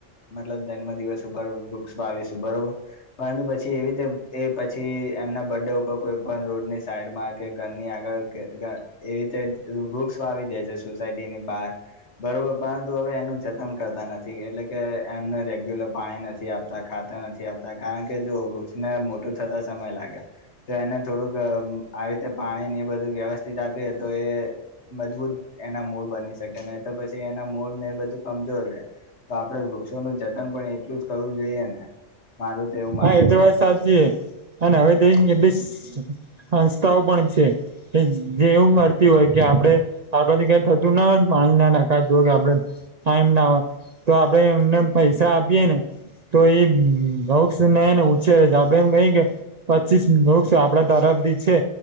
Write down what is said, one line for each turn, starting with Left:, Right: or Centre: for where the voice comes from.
Left: મતલબ જન્મ દિવસ ઉપર વૃક્ષ વાવીશું. બરોબર. પરંતુ પછી એવી રીતે એ પછી એમના બર્થડે ઉપર કોઈ પણ રોડની સાઈડમાં કે ઘરની આગળ કે ઘ એવી રીતે વૃક્ષ વાવી દે છે સોસાયટીની બહાર. બરોબર, પરંતુ હવે એનું જતન કરતા નથી. એટલે કે એમને રેગ્યુલર પાણી નથી આપ ખાતર નથી આપતા. કારણ કે જો વૃક્ષને મોટું થતા સમય લાગે તો એને થોડુંક આવી રીતે પાણી ને એ બધું વ્યવસ્થિત આપીએ તો એ મજબૂત એના મૂળ બની શ કે તો પછી એના મૂળ ને એ બધું કમજોર રે. તો આપડે વૃક્ષોનું જતન પણ એટલું જ કરવું જોઈએને? મારું તો એવું માનવું
Right: હા એ તો
Left: છે
Right: વાત સાચી છે. અને હવે તે એટલી સસ સંસ્થાઓ પણ છે. કે જે એવું મળતી હોય કે આપડે આપળાથી ક્યાંક થતું ના હોય પાણી ના નખાતું હોય કે આપડે ટાઈમ ના હોય તો આપડે એમને પૈસા આપીએેને, તો એ બઉ વૃક્ષને ઉછેરે છે. આપડે એમ કહી કે, પચીસ વૃક્ષ આપડા તરફથી છે.